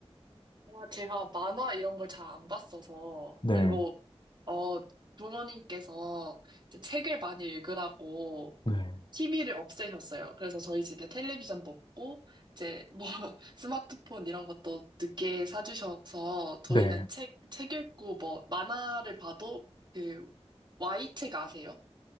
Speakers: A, on the right; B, on the left.
A: 아, 제가 만화 이런 걸 잘 안 봤어서,
B: 네.
A: 그리고, 어, 부모님께서 이제 책을 많이 읽으라고
B: 네.
A: TV를 없애셨어요. 그래서 저희 집에 텔레비전도 없고, 이제 뭐 <laughs> 스마트폰 이런 것도 늦게 사주셔서 저희는
B: 네.
A: 책, 책 읽고 뭐 만화를 봐도 그 Y책 아세요?